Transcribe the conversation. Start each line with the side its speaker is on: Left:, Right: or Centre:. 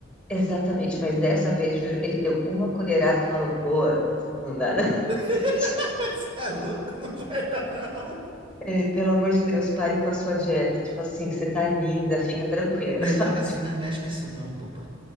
Centre: exatamente, mas dessa vez, juro, ele deu uma colherada e falou, pô, não dá não. <laughs>
Right: <laughs> Você é louco, não vai dar, não.
Centre: Eh, pelo amor de Deus, pare com a sua dieta. Tipo assim, você tá linda, fica tranquila,
Right: Melhor
Centre: <laughs> sabe?
Right: assim, não mexe com isso, não, boba.